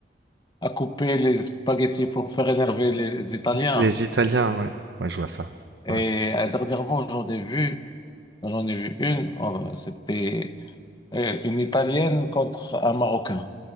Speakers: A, on the left; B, on the right.
A: à couper les spaghettis pour faire énerver les, Italiens.
B: les Italiens, ouais. Ouais, je vois ça.
A: Et
B: Ouais.
A: euh, dernièrement, j'en ai vu, j'en ai vu une, euh, c'était euh, une Italienne contre un Marocain.